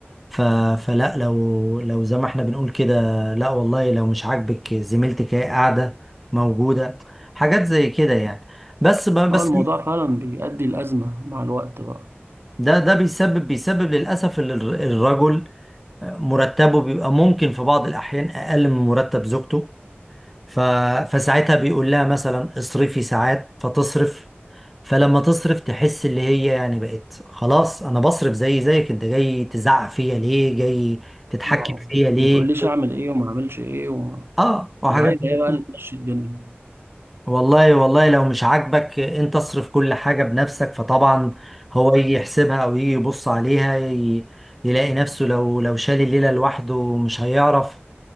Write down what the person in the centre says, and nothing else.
ف... فلا لو لو زي ما احنا بنقول كده لا والله لو مش عاجبك زميلتك هي قاعده موجوده حاجات زي كده يعني بس ب...
بس
ده ده بيسبب بيسبب للاسف ال- الرجل مرتبه بيبقى ممكن في بعض الاحيان اقل من مرتب زوجته ف... فساعتها بيقول لها مثلا اصرفي ساعات فتصرف فلما تصرف تحس اللي هي يعني بقت خلاص انا بصرف زي زيك انت جاي تزعق فيا ليه جاي تتحكم
فيا ليه
اه وحاجات
زي
كده.
والله والله لو مش عاجبك انت اصرف كل حاجة بنفسك فطبعا هو يجي يحسبها او يجي يبص عليها ي... يلاقي نفسه لو لو شال الليلة لوحده مش هيعرف